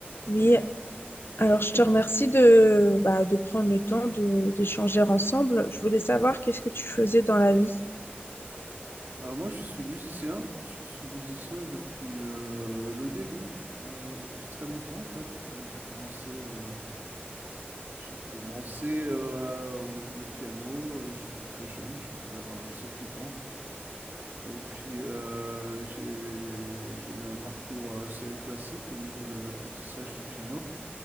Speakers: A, on the left (about 70°); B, on the right (about 55°).
A: Oui, alors je te remercie de, bah, de prendre le temps de d'échanger ensemble. Je voulais savoir qu'est-ce que tu faisais dans la vie.
B: Alors moi, je suis musicien. Je suis musicien depuis euh, le début, euh, depuis très longtemps en fait. Euh, j'ai commencé, euh, j'ai commencé euh, à- au- le piano. euh, J'étais très jeune, je devais avoir sept huit ans. Et puis euh, j'ai j'ai eu un parcours assez classique au niveau de l'apprentissage du piano.